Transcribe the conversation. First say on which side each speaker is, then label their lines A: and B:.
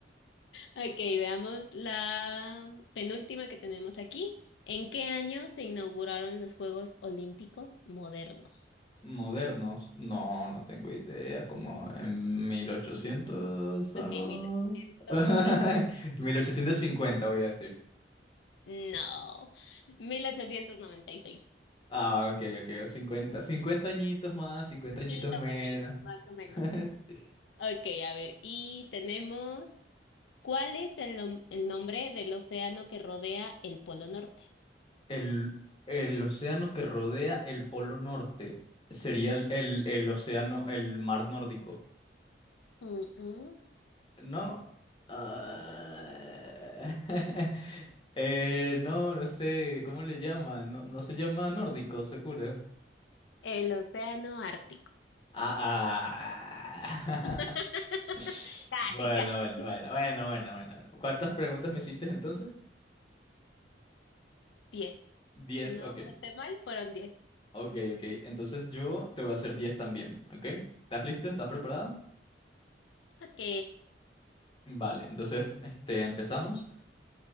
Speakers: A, on the left; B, on the left.
A: Ok, veamos la penúltima que tenemos aquí. ¿En qué año se inauguraron los Juegos Olímpicos modernos?
B: Modernos. No, no tengo idea. Como en 1800 algo.
A: Ok, mil ochocientos
B: <laughs>
A: ¿qué?
B: mil ochocientos cincuenta voy a
A: No, 1896.
B: Ah, ok, ok. cincuenta, 50 añitos más, 50
A: Poquito,
B: añitos menos.
A: a poquito, más o menos.
B: <laughs>
A: Ok, a ver, y tenemos, ¿cuál es el, nom- el nombre del océano que rodea el Polo Norte?
B: El, el océano que rodea el Polo Norte sería el, el- el océano, el mar nórdico.
A: Mm, mm.
B: ¿No? Ah, <laughs> eh, no, no sé, ¿cómo le llaman? No, no se llama nórdico, seguro.
A: El océano Ártico.
B: Ah, ah.
A: <laughs>
B: <laughs>
A: Casi,
B: Bueno,
A: casi.
B: bueno, bueno, bueno, bueno, bueno. bueno. ¿Cuántas preguntas me hiciste entonces?
A: Diez.
B: Diez,
A: Si no
B: ok.
A: conté mal, fueron diez.
B: Ok, ok. Entonces yo te voy a hacer 10 también, ¿ok? ¿Estás lista? ¿Estás preparada?
A: Ok.
B: Vale, entonces este, empezamos.